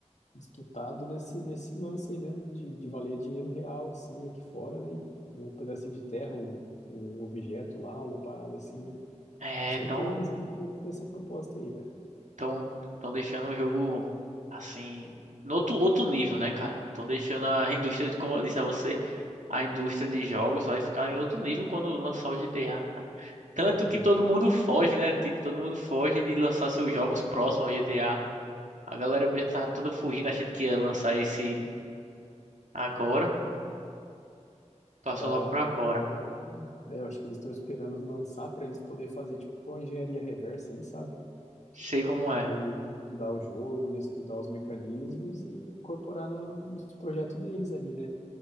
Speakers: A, on the left (about 70°); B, on the right (about 80°).
A: disputado nesse, nesse lance aí mesmo de, de valer dinheiro real, assim, aqui fora, né? E Um pedacinho de terra, um, um objeto lá, uma parada assim, né?
B: É,
A: Com certeza
B: então.
A: eles vão ter essa proposta aí, velho.
B: Tão, tão deixando o jogo assim, no outro, outro nível, né, cara? Tão deixando a <laughs> indústria, de- como eu disse a você, a indústria de jogos vai ficar em outro nível quando lançar o GTA, cara. Tanto
A: E
B: que
A: daí,
B: todo mundo foge, né? Tipo, todo mundo foge de lançar seus jogos próximos ao GTA. A A galera mesmo tava toda fugindo, achando que ia lançar esse agora, passou
A: é que a
B: logo pra fora.
A: galera tá. né, Eu acho que eles estão esperando lançar pra eles poder fazer tipo uma engenharia reversa ali, sabe?
B: Sei como
A: Poder
B: é.
A: estudar o jogo, né? Estudar os mecanismos e incorporar na- nos projetos deles ali, né?